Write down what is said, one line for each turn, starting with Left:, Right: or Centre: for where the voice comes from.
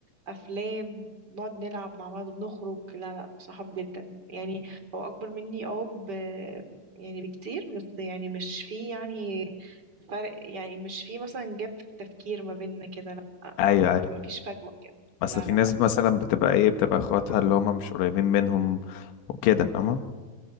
Right: أفلام نقعد نلعب مع بعض بنخرج لا لا صحاب جدا يعني هو أكبر مني اه ب- يعني بكتير بس يعني مش في يعني فرق يعني مش في مثلا جاب في التفكير ما بيننا كده لا
Left: ايوه
Right: الموضوع
Left: ايوه
Right: مفيش فجوة كده
Left: اصل
Right: لا
Left: في
Right: لا
Left: ناس
Right: لا
Left: مثلا بتبقى ايه بتبقى اخواتها اللي هم مش قريبين منهم وكده فاهمة